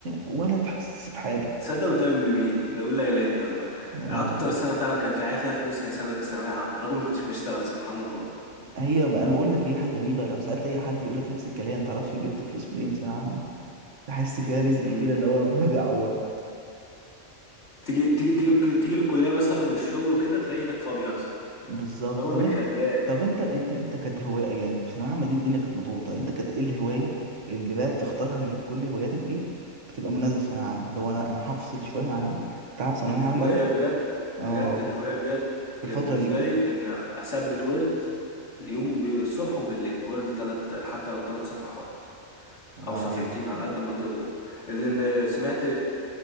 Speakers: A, on the right (about 70°); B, on the left (about 65°).
A: ولا تحس بحاجه
B: تصدق وتؤمن بمين لا اقول لا اله الا الله
A: لا لا
B: اكتر
A: لا لا.
B: سنه فعلا كان في عافيه فلوس هي سنه ثانويه عامه رغم ما كنتش بشتغل سبحان الله
A: هي انا بقول لك هي حاجه غريبه لو سالت اي حد يقول لك نفس الكلام تعرفش جبت فلوس منين في ثانويه عامه تحس فيها رزق
B: امم
A: كده اللي هو ربنا <laughs> بيعوضك
B: تيجي تيجي تيجي تيجي للكليه مثلا وللشغل وكده تلاقي ايدك فاضيه اصلا
A: بالظبط
B: رغم
A: طب
B: انك
A: انت
B: شغال
A: طب انت انت انت كانت هوايه يعني في ثانويه عامه دي الدنيا كانت مضغوطه انت كانت ايه الهوايه اللي بقى بتختارها من كل هواياتك دي بتبقى مناسبه في ثانويه عامه اللي هو انا انا هفصل شويه عن تعب ثانويه
B: الهواية
A: عامه ده
B: بجد
A: اه
B: بجد الهواية بجد
A: في الفتره
B: كانت بالنسبة
A: دي
B: لي ان اثبت ورد اليوم الصبح وبالليل ورد تلات حتى لو تلات صفحات
A: الله
B: او
A: عليك
B: صفحتين على قد ما تقدر لان سمعت